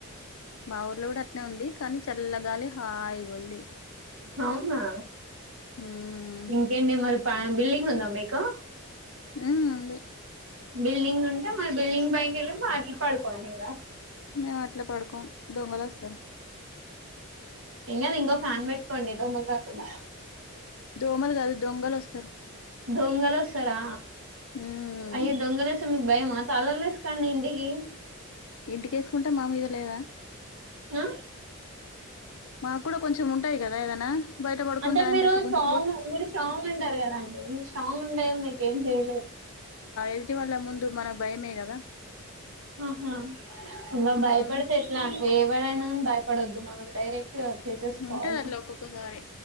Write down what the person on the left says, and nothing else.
మా ఊర్లో కూడా అట్నే ఉంది కానీ చల్లగాలి హాయి ఉంది
ఉమ్
ఉ అడి
మేము అట్లా పడుకోం దోమలు వస్తాఈ
దోమలు కాదు దొంగలు వస్తారు
ఉమ్
ఇంటిక వేసుకుంటేమీద మీద లేదా
మాకు కూడా కొంచెం ఉంటాయి కదా ఏదైనా బయట పడుకుంటా
వచ్చి గుంజుకుపోతే
ఎటివల్ల ముందు మన భయమే కదా
ఉమ్
ఉంటది అట్లా ఒక్కొక్కసారి